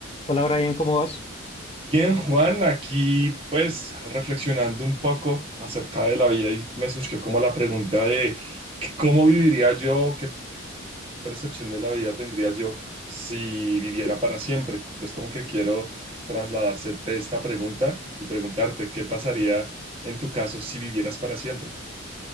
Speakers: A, on the left; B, on the right.
A: Hola Brian, ¿cómo vas?
B: Bien, Juan, aquí pues reflexionando un poco acerca de la vida y me surgió como la pregunta de que cómo viviría yo, qué percepción de la vida tendría yo si viviera para siempre. Entonces como que quiero trasladarse de esta pregunta y preguntarte qué pasaría en tu caso si vivieras para siempre.